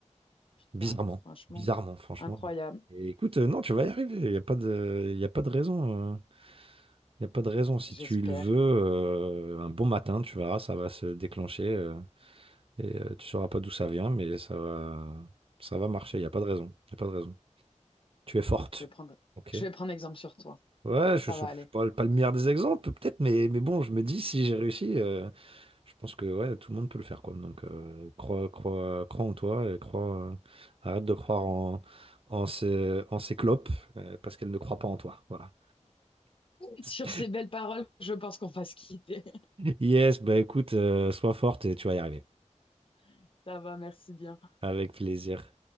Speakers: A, on the left; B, on the right.
A: Putain,
B: Bizarrement.
A: franchement,
B: Bizarrement, franchement.
A: incroyable,
B: Et écoute, euh, non, tu vas y arriver. Il n'y a pas de, il y a pas de raison. euh. Il n'y a pas de raison. Si
A: j'espère.
B: tu le veux, euh, un bon matin, tu verras, ça va se déclencher. euh. et euh, tu sauras pas d'où ça vient, mais ça va, ça va marcher. Il n'y a pas de raison. Il a pas de raison. Tu es forte.
A: Je vais prendre,
B: Ok.
A: je vais prendre exemple sur toi.
B: Ouais, je
A: Ça
B: ne suis
A: va aller.
B: pas, pas le meilleur des exemples, peut-être, mais, mais bon, je me dis, si j'ai réussi, euh, je pense que ouais, tout le monde peut le faire, quoi. Donc, euh, crois, crois, crois en toi et crois, euh, arrête de croire en, en ces, en ces clopes, euh, parce qu'elles ne croient pas en toi. Voilà.
A: <laughs>
B: <laughs>
A: Sur ces belles paroles, je pense qu'on va se quitter.
B: Yes, bah écoute, euh, sois forte et tu vas y arriver.
A: <laughs> Ça va, merci bien.
B: Avec plaisir.